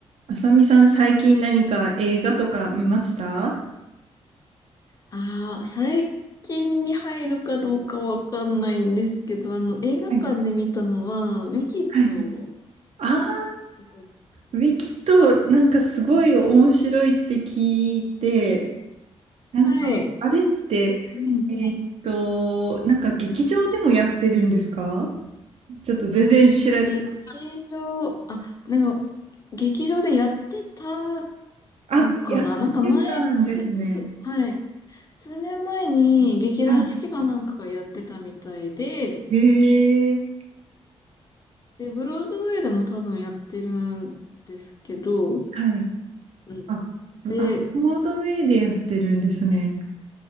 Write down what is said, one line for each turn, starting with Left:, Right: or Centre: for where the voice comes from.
Right: あさみさん、最近何か映画とか見ましたは
Left: ああ、最近に入るかどうかわかんないんですけど、あの、映画館で見たのは、
Right: い
Left: ウィキッド、
Right: はいはいあ
Left: わかります
Right: ー、ウィキとなんかすごい面白いって聞いて、なんか、
Left: はい。
Right: あれって、
Left: うん。
Right: えーっと、なんか劇場でもやってるんですかちょっと全然知らない。
Left: 劇場、あ、なんか、劇場でやってた
Right: あ、
Left: のかななんか前、
Right: やってたんですね。
Left: す、す、はい。数年前に劇団四季かなんかがやってたみたいで、
Right: はいへえ、
Left: で、ブロードウェイでも多分やってるんですけど、
Right: はい。
Left: うん。
Right: あ、ブあ、
Left: で、
Right: ブロードウェイでやってるんですね。